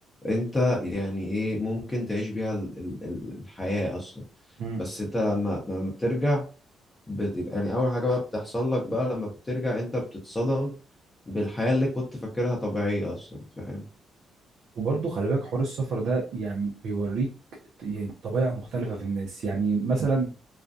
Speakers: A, on the left; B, on the right.
A: انت يعني ايه ممكن تعيش بيها ال- ال- ال- الحياة اصلا
B: امم
A: بس انت لما لما بترجع بت... يعني اول حاجه بقى بتحصل لك بقى لما بترجع انت بتتصدم بالحياه اللي كنت فاكرها طبيعيه اصلا فاهم
B: وبرضه خلي بالك حوار السفر ده يعني بيوريك يعني طبائع مختلفة في الناس يعني مثلا